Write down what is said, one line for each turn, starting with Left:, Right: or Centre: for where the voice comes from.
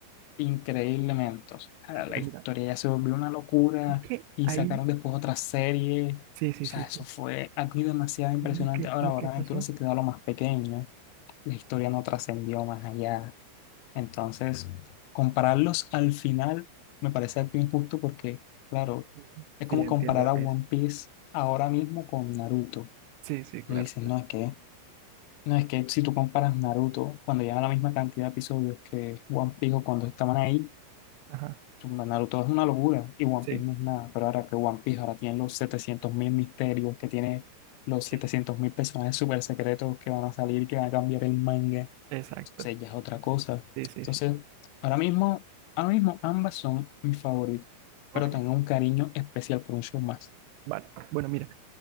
Left: increíblemente. O sea,
Right: Sí,
Left: la
Right: mira,
Left: historia
Right: mira.
Left: ya se volvió una locura
Right: Es que
Left: y
Right: ahí,
Left: sacaron después otra serie. O
Right: sí, sí,
Left: sea,
Right: sí,
Left: eso
Right: sí.
Left: fue algo demasiado impresionante.
Right: Lo que,
Left: Ahora,
Right: lo
Left: ahora
Right: que pasó.
Left: Aventura se quedó a lo más pequeño. La historia no trascendió más allá. Entonces, compararlos al final me parece algo injusto porque, claro,
Right: Ujú.
Left: es
Right: Sí,
Left: como
Right: entiendo
Left: comparar
Right: lo
Left: a
Right: que
Left: One
Right: dice.
Left: Piece ahora mismo con Naruto.
Right: Sí, sí, claro,
Left: Tú dices,
Right: claro.
Left: no, es que, no, es que si tú comparas Naruto cuando llevan la misma cantidad de episodios que One Piece o cuando estaban ahí,
Right: Ajá,
Left: Naruto es una locura y One
Right: sí,
Left: Piece no es nada, pero ahora que One Piece ahora tiene los 700 mil misterios, que tiene los setecientos
Right: sí,
Left: mil personajes súper secretos que van a salir, que van a cambiar el manga,
Right: exacto.
Left: entonces ya es otra cosa.
Right: Sí, sí,
Left: Entonces,
Right: sí.
Left: ahora mismo, ahora mismo ambas son mis favoritos, pero
Right: Ok,
Left: tengo un cariño especial por un show más.
Right: vale. Bueno, mira.